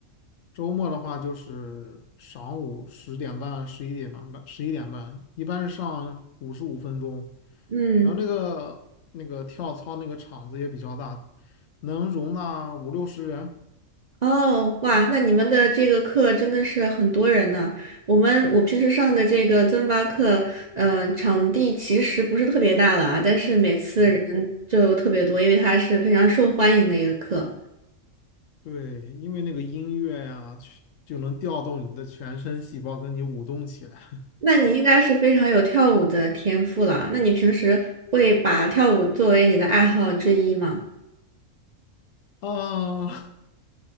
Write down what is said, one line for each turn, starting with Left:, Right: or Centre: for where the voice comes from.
Left: 周末的话就是晌午十点半、十一点半、十一点半，一般是上五十五分钟。
Right: 嗯，
Left: 然后那个那个跳操那个场子也比较大，能容纳五六十人。
Right: 哦哇，那你们的这个课真的是很多人呢。我们我平时上的这个尊巴课，嗯，场地其实不是特别大了啊，但是每次人就特别多，
Left: 对
Right: 因为它是非常受欢迎的一个课。
Left: 对，因为那个音乐呀，去就能调动你的全身细胞，跟你舞动起来。
Right: 那你应该是非常有跳舞的天赋了。那你平时会把跳舞作为你的爱好之一吗？
Left: 啊，